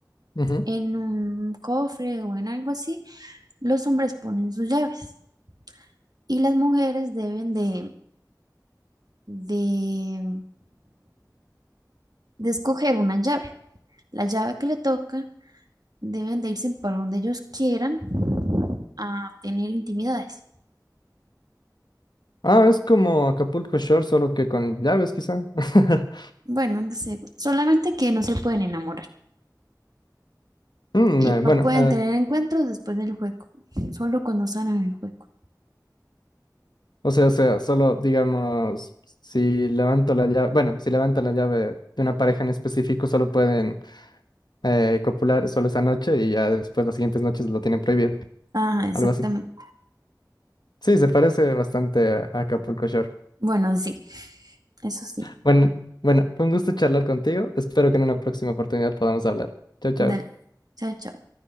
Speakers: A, on the left; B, on the right.
A: Ujú.
B: en un cofre o en algo así. Los hombres ponen sus llaves y las mujeres deben de, de, de escoger una llave. La llave que le toca deben de irse para donde ellos quieran a tener intimidades.
A: Ah, es como Acapulco Shore, solo que con llaves, quizá. <laughs>
B: Bueno, no sé, solamente que no se pueden enamorar
A: Mm,
B: y
A: eh, bueno,
B: no pueden
A: eh,
B: tener encuentros después del juego, solo cuando están en el juego.
A: O sea, o sea, solo digamos, si levanto la llave, bueno, si levantan la llave de una pareja en específico, solo pueden eh, copular solo esa noche y ya después las siguientes noches lo tienen prohibido,
B: Ajá, exactamente.
A: algo así. Sí, se parece bastante a Acapulco Shore.
B: Bueno, sí, eso sí.
A: Bueno, bueno, fue un gusto charlar contigo. Espero que en una próxima oportunidad podamos hablar. Chao, chao.
B: Dale. Chao, chao.